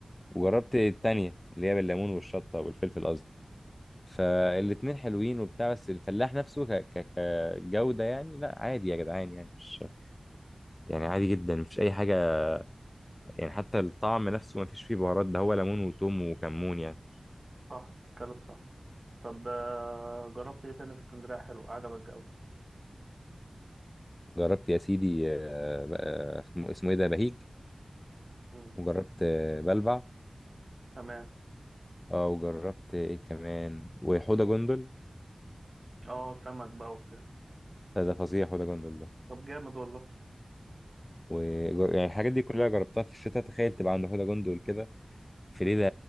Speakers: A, on the left (about 25°); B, on the right (about 55°).
A: وجربت
B: امم
A: التانية اللي هي بالليمون والشطة والفلفل قصدي فالاتنين
B: أمم.
A: حلوين وبتاع بس الفلاح نفسه ك... ك... كجودة يعني لا عادي يا جدعان يعني مش يعني عادي جدا مفيش أي حاجة يعني حتى الطعم نفسه مفيش فيه بهارات ده هو ليمون وتوم وكمون يعني
B: صح بتتكلم صح طب آه، جربت ايه تاني في اسكندرية حلو عجبك الجو
A: جربت يا سيدي آه، ب- آه، اسمه اسمه ايه ده بهيج
B: مم.
A: وجربت آه، بلبع
B: تمام
A: اه وجربت ايه كمان وحوضة جندل
B: اه سمك بقى وبتاع
A: ده ده فظيع حوضة جندل ده
B: طب جامد والله
A: و يعني الحاجات دي كلها جربتها في الشتاء تخيل تبقى عند حوضة جندل كده في ليلة